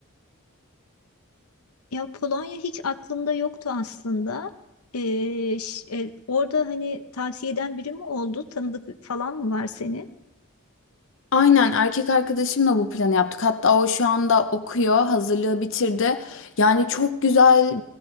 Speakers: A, on the left; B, on the left.
A: ya Polonya hiç aklımda yoktu aslında. Ee, ş- e, orada hani tavsiye eden biri mi oldu? Tanıdık falan mı var senin?
B: Aynen erkek arkadaşımla bu planı yaptık. Hatta o şu anda okuyor, hazırlığı bitirdi. Yani çok güzel,